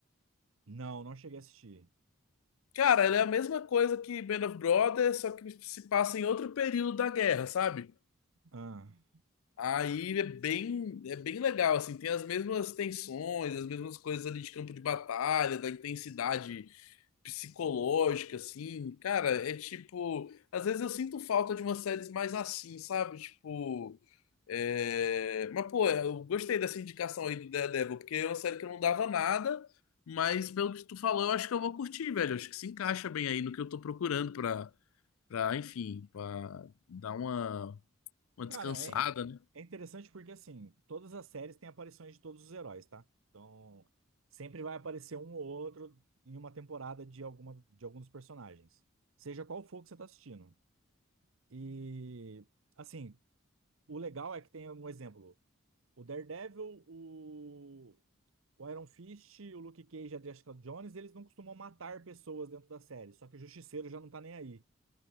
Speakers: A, on the right; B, on the left.
A: Não, não cheguei a assistir.
B: Cara, ele é a mesma coisa que Band of Brothers, só que se passa em outro período da guerra, sabe?
A: Ah.
B: Aí é bem, é bem legal, assim, tem as mesmas tensões, as mesmas coisas ali de campo de batalha, da intensidade psicológica, assim, cara, é tipo. Às vezes eu sinto falta de umas séries mais assim, sabe? Tipo. é, Mas, pô, é, eu gostei dessa indicação aí do Daredevil, porque é uma série que eu não dava nada, mas pelo que tu falou, eu acho que eu vou curtir, velho. Eu Acho que se encaixa bem aí no que eu tô procurando pra, pra enfim, pra dar uma, uma
A: Cara,
B: descansada,
A: é,
B: né?
A: é interessante porque, assim, todas as séries têm aparições de todos os heróis, tá? Então, sempre vai aparecer um ou outro em uma temporada de alguma, de algum dos personagens. Seja qual for que você tá assistindo. E, assim, o legal é que tem um exemplo. O Daredevil, o, o Iron Fist, o Luke Cage e a Jessica Jones, eles não costumam matar pessoas dentro da série. Só que o Justiceiro já não tá nem aí.